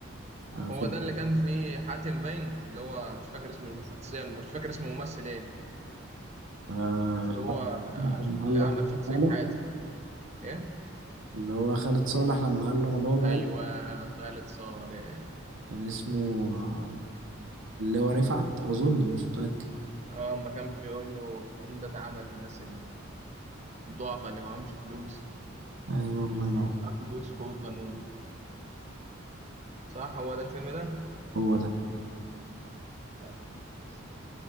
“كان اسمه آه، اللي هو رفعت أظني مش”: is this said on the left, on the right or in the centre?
Right